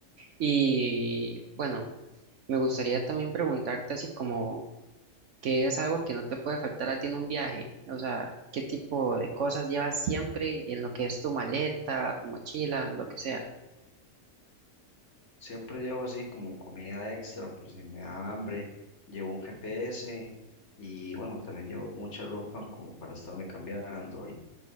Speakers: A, on the right (about 60°); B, on the left (about 50°).
A: Y bueno, me gustaría también preguntarte así como, ¿qué es algo que no te puede faltar a ti en un viaje? O sea, ¿qué tipo de cosas llevas siempre en lo que es tu maleta, tu mochila, lo que sea?
B: Siempre llevo así como comida extra por si me da hambre, llevo un GPS y bueno, también llevo mucha ropa como para estarme cambiando